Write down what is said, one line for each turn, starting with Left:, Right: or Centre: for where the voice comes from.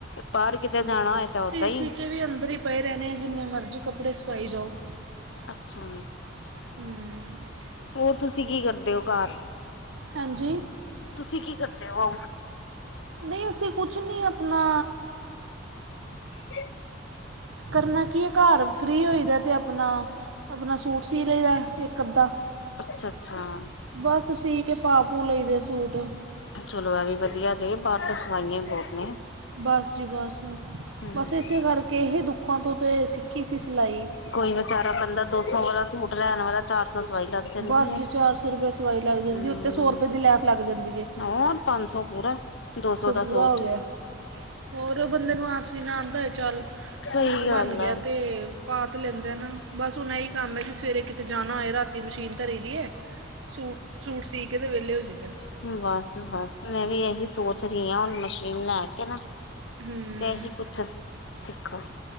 Left: ਬਾਹਰ ਕਿਤੇ ਜਾਣਾ ਤਾਂ
Right: ਸੀ
Left: ਓਦਾਂ ਹੀ।
Right: ਸੀ ਕੇ ਵੀ ਅੰਦਰ ਹੀ ਪਏ ਰਹਿਣੇ ਆ ਜਿੰਨੇ ਮਰਜ਼ੀ ਕੱਪੜੇ ਸਵਾਈ ਜਾਓ
Left: ਅੱਛਾ
Right: ਹਮ
Left: ਹੋਰ ਤੁਸੀਂ ਕੀ ਕਰਦੇ ਹੋ ਘਰ
Right: ਹਾਂਜੀ
Left: ਤੁਸੀਂ ਕੀ ਕਰਦੇ ਹੋ
Right: ਨਹੀਂ ਅਸੀਂ ਕੁਛ ਨਹੀਂ ਆਪਣਾ
Left: ਹ
Right: ਕਰਨਾ ਕੀ ਹੈ ਘਰ ਫ੍ਰੀ ਹੋ ਦਾ ਅਤੇ ਆਪਣਾ ਆਪਣਾ ਸਟ ਸੀ ਲਈ ਦਾ ਇੱਕ ਅਧਾ
Left: ਅੱਛਾ-ਅੱਛਾ
Right: ਬਸ ਸੀ ਕਿ ਪਾ ਪੂ ਲਈ ਦੇ ਸੂਟ
Left: ਚਲੋ ਐ ਵੀ ਵਧੀਆ ਜ ਬਾਹਰ ਤਾਂ ਸਵਾਂਈਆਂ ਵੀ ਬਹੁਤ ਨੇ
Right: ਬਸ ਜੀ ਬਸ
Left: ਹੂੰ।
Right: ਬਸ ਇਸੇ ਕਰਕੇ ਇਹ ਦੁੱਖਾਂ ਤੋਂ ਤਾਂ ਸਿੱਖੀ ਸੀ ਸਿਲਾਈ
Left: ਕੋਈ ਵਿਚਾਰਾ ਬੰਦਾ ਦੋ ਸੌ ਵਾਲਾ ਸੂਟ ਲੈਣ ਵਾਲਾ ਚਾਰ ਸੌ ਸਵਾਈ ਲੱਗ ਜਾਂਦੀ
Right: ਬਸ
Left: ਹੈ
Right: ਜੀ
Left: ਤੇ
Right: ਰੁਪਏ ਸਵਾਈ ਲੱਗ ਜਾਂਦੀ
Left: ਹਮ
Right: ਉੱਤੇ ਰੁਪਏ ਦੀ ਲੈਸ ਲੱਗ ਜਾਂਦੀ ਜੇ
Left: ਹੋਰ ਪੰਜ ਸੌ ਪੂਰਾ ਦੋ ਸੌ ਦਾ
Right: ਪੂਰਾ
Left: ਸੋਟ
Right: ਹੋ ਗਿਆ ਹੋਰ ਬੰਦੇ ਨੂੰ ਆਪ ਸੀਨਾ ਆਉਂਦਾ ਹੋਏ ਚੱਲ
Left: ਸਹੀ
Right: ਸੂਟ ਬਣ
Left: ਗੱਲ
Right: ਗਿਆ
Left: ਆ।
Right: ਅਤੇ ਪਾ ਤ ਲੈਂਦੇ ਹਨ ਬਸ ਹੁਣ ਇਹੀ ਕੰਮ ਹੈ ਕਿ ਸਵੇਰੇ ਕਿਤੇ ਜਾਣਾ ਹੋਏ ਰਾਤੀ ਦੀ ਮਸ਼ੀਨ ਧਰੀ ਦੀ ਹੈੂ ਸੂਟ ਸੀ ਕੇ ਵਹਲੇ ਹੋ ਜਾਂਦਾ
Left: ਬਸ ਬਸ ਮੈਂ ਵੀ ਇਹੀ ਸੋਚ ਰਹੀ ਹਾਂ ਹੁਣ ਮਸ਼ੀਨ ਲੈ ਕੇ ਨਾ
Right: ਹੂੰ
Left: ਤੇ ਇਹੀ ਕੁਛ ਸਿੱਖੋ